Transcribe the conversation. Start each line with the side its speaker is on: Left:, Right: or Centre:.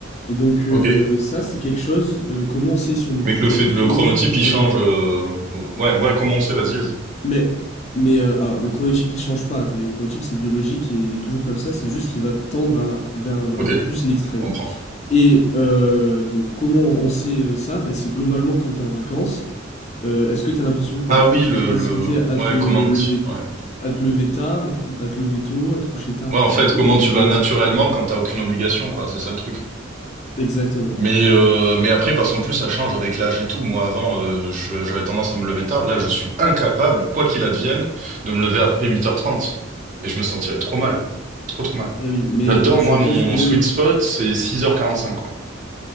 Left: Et donc,
Right: Ok.
Left: euh, ça, c'est quelque chose, euh, comment on sait si on est couche-tôt,
Right: Mais que le fait,
Left: lève-tôt,
Right: le chronotype,
Left: couche-tôt,
Right: il change. euh, Ouais, ouais, comment on sait? Vas-y, vas-y.
Left: Mais, mais euh, alors, le chronotype, il change pas. T'es- Le chronotype, c'est biologique et il est toujours comme ça. C'est juste qu'il va tendre à- vers un
Right: Ok,
Left: peu
Right: je
Left: plus l'extrême.
Right: comprends.
Left: Et euh, donc, comment on sait euh, ça? Ben, c'est globalement quand t'es en vacances. Euh, est-ce que t'as l'impression que t'as
Right: Ah
Left: plus
Right: oui, le,
Left: de facilité
Right: le,
Left: à
Right: ouais,
Left: te lever,
Right: comment, tu- ouais.
Left: à te lever tard, à te, cou- à te lever tôt, à te coucher tard, à
Right: Ouais,
Left: coucher
Right: en fait,
Left: tôt?
Right: comment
Left: Toi, t'es
Right: tu
Left: comment?
Right: vas naturellement quand t'as aucune obligation, quoi. C'est ça le truc.
Left: Exactement.
Right: Mais, euh, mais après, parce qu'en plus, ça change avec l'âge et tout. Moi, avant, euh, je- j'avais tendance à me lever tard. Là, je suis incapable, quoi qu'il advienne, de me lever après huit heures trente Et je me sentirais trop mal. Trop, trop mal.
Left: Et oui, mais
Right: J'adore,
Left: je
Right: moi,
Left: pense
Right: mon
Left: que même
Right: sweet spot, c'est six heures quarante cinq quoi.